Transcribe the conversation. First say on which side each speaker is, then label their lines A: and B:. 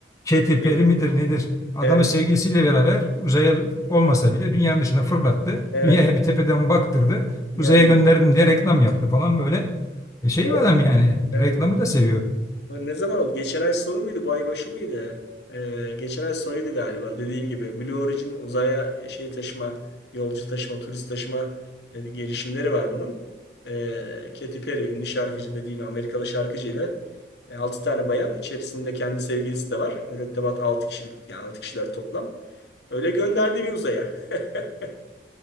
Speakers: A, on the left; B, on the left.
A: Katy Perry
B: E,
A: midir nedir? Adamı
B: Evet,
A: sevgilisiyle beraber uzaya olmasa bile dünyanın dışına fırlattı.
B: evet.
A: Dünyaya bir tepeden baktırdı.
B: Geldi.
A: Uzaya gönderdim diye reklam yaptı falan böyle. E şey
B: O.
A: bir adam yani
B: Evet.
A: reklamı da seviyor.
B: Ne zaman oldu? Geçen ay sonu muydu? Bu ay başı mıydı? Ee, geçen ay sonuydu galiba. Dediğin gibi Blue Origin uzaya e, şey taşıma, yolcu taşıma, turist taşıma e, girişimleri var bunun. Ee, Katy Perry ünlü şarkıcı dediğin Amerikalı şarkıcıyla ile 6 tane bayan içerisinde kendi sevgilisi de var. Mürettebat 6 kişilik yani 6 kişiler toplam. Öyle gönderdi bir uzaya. <laughs>